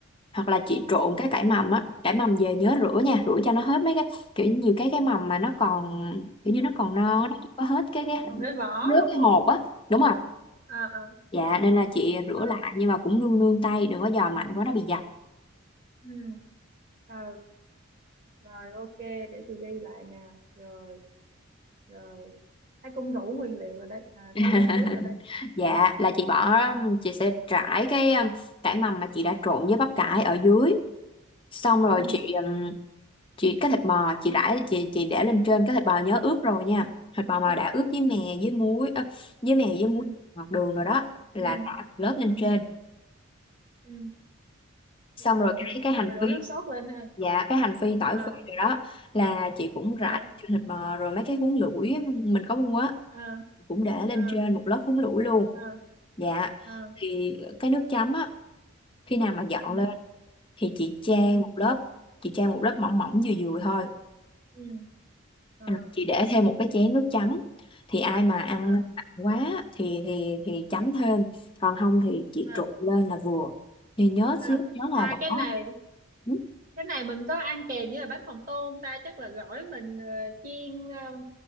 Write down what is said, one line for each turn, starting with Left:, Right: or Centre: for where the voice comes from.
Left: hoặc là chị trộn cái cải mầm á cải mầm về nhớ rửa nha rửa cho nó hết mấy cái kiểu như nhiều cái cái mầm mà nó còn kiểu như nó còn non
Right: ừ.
Left: á, nó chưa có hết cái cái
Right: còn cái vỏ
Left: nước
Right: đúng
Left: cái
Right: không
Left: hột á đúng rồi
Right: ờ ờ
Left: dạ nên là chị rửa
Right: ờ
Left: lại nhưng mà cũng nương nương tay đừng có giò mạnh quá nó bị dập
Right: ừ ờ rồi ok để chị ghi lại nào rồi rồi thấy cũng đủ nguyên liệu rồi đấy à
Left: <laughs>
Right: thấy đủ bước rồi đấy
Left: dạ là chị bỏ chị sẽ trải cái um, cải mầm mà chị đã trộn với bắp cải ở dưới xong rồi
Right: ừ
Left: chị ừm, chị cái thịt bò chị rải chị chị để lên trên cái thịt bò nhớ ướp rồi nha thịt bò mà
Right: ừ
Left: đã ướp với mè
Right: ừ
Left: với muối ơ, với mè với
Right: ừ.
Left: muối ngọt đường rồi đó là
Right: ừ
Left: rải một lớp lên
Right: ừ
Left: trên
Right: ừ
Left: xong
Right: rồi
Left: rồi cái cái hành
Right: rồi đổ
Left: phi
Right: nước sốt lên ha
Left: dạ cái hành phi tỏi
Right: à
Left: phi rồi đó là chị cũng rải
Right: à
Left: trên thịt bò rồi mấy cái húng lủi á, mình có mua á
Right: à
Left: cũng để lên
Right: à
Left: trên một lớp húng lủi luôn
Right: à
Left: dạ
Right: à
Left: thì cái nước chấm á khi nào mà dọn
Right: ừ
Left: lên thì chị chan
Right: ừ
Left: một lớp chị chan một lớp mỏng mỏng vừa vừa thôi
Right: ừ à
Left: Ừ, chị để thêm một cái chén nước chấm thì ai mà ăn
Right: à
Left: mặn quá thì thì thì chấm thêm còn không thì chị
Right: à
Left: trộn lên là vừa thì nhớ
Right: à
Left: xíu nhớ là
Right: à
Left: bỏ
Right: cái này
Left: <laughs> nước
Right: cái này mình có ăn kèm với là bánh phồng tôm ta chắc là gỏi mình ờ, chiên ờ,